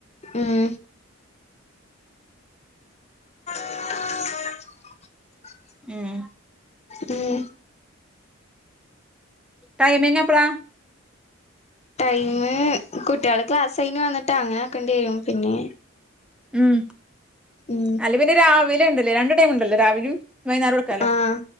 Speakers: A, on the left; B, in the centre.
A: ഉം ആ <inaudible>
B: ഉം
A: ഉം
B: ടൈമിങ്ങപ്പളാ
A: ടൈം കുട്ടികള് ക്ലാസ് കഴിഞ്ഞ് വന്നിട്ട് അങ്ങനെ ആക്കേണ്ടി വരും പിന്നെ
B: ഉം
A: ഉം
B: അല്ല പിന്നെ രാവിലെ ഇണ്ട് ലേ രണ്ട് ടൈമ് ഇണ്ടല്ലോ രാവിലിം വൈ ന്നാരോട്ക്കാലോ
A: ആഹ്